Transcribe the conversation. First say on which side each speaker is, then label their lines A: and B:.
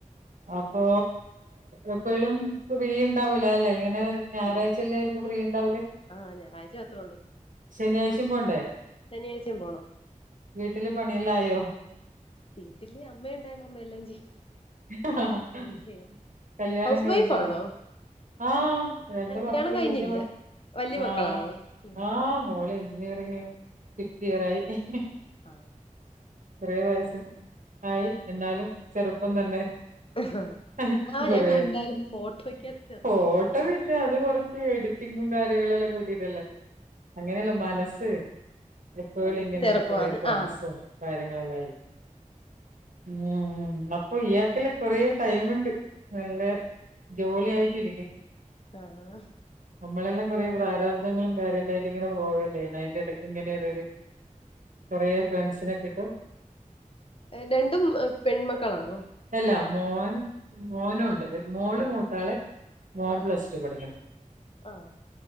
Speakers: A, on the right; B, on the left.
A: അപ്പോ എപ്പോഴും ഫ്രീ ഉണ്ടാവൂലല്ലെ ഇങ്ങനെ ഞായറാഴ്ചല്ലായിരിക്കും
B: ഇല്ല
A: ഫ്രീ ഉണ്ടാവല്
B: ആഹ് ഞായറാഴ്ച മാത്രേ
A: ശനിയാഴ്ച്ചിം പോണ്ടേ
B: ശനിയാഴ്ച്ചിം പോണോ
A: വീട്ടില് പണിയെല്ലാ ആയോ
B: വീട്ടില് അമ്മ ഉണ്ടായൊണ്ട്അമ്മെല്ലാം ചെയ്യും
A: ഹ് ഹ ഹ
B: എല്ലാം ചെയ്യും
A: കല്യാണം
B: ഹൗസ്
A: കഴിഞ്ഞോ
B: വൈഫ് ആണോ
A: ആഹ് എന്റെ
B: കല്യാണം
A: മക്കൾ
B: കഴിഞ്ഞില്ല
A: വെല്ല്യ മ
B: വല്യ
A: ആഹ്
B: മക്കളാണോ ഉം
A: ആഹ് ആ മോള് എഞ്ചിനീയറിങ് ഫിഫ്ത് ഇയർ ആയി ഹ് ഹ്
B: ആഹ്
A: കുറെ വയസ്സ് ആയി എന്നാലും ചെറുപ്പം തന്നെ
B: ആഹ്
A: ആഹ് കൊറേ
B: ഞാൻ കണ്ടായിരുന്നു ഫോട്ടോയ്ക്ക്
A: <unintelligible> ഇപ്പോ ഇല്ല അത് കുറച്ച് എഡിറ്റിങ്ങും കാര്യങ്ങളെല്ലാം കൂട്ടിട്ടല്ലേ അങ്ങനെയല്ല മനസ്സ് എപ്പോഇങ്ങനെ
B: മനസ്സ് ചെറുപ്പമാണ്
A: കൊറേ ഫ്രണ്ട്സും
B: ആഹ്
A: കാര്യങ്ങളല്ലായി ഉ അപ്പൊ ഈയാക്കല് കുറെ ടൈമുണ്ട് നല്ല ജോളി ആയിട്ടിരിക്ക്
B: ആഹ്
A: നമ്മളെല്ലാം കുറേ പ്രാരബ്ധദങ്ങളും കാര്യെല്ലായിട്ട് ഇങ്ങനെ പോവല്ലേ അതിന്റെ ഇടയ്ക്ക് ഇങ്ങനെ ഒരോരു കുറെ ഫ്രണ്ട്സിനെ കിട്ടും
B: രണ്ടും പെൺമക്കളാണോ
A: അല്ല മോൻ മോനുണ്ട് വെ മോള്
B: ഓ
A: മൂത്താള് മോൻ
B: ആഹ്
A: പ്ലസ്‌റ്റു പഠിക്ക്ണ്
B: ആഹ്